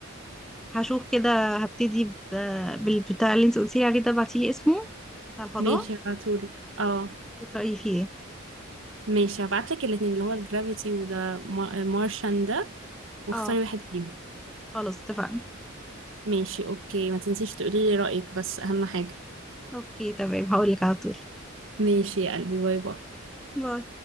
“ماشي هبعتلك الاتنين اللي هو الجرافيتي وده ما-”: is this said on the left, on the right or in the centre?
Right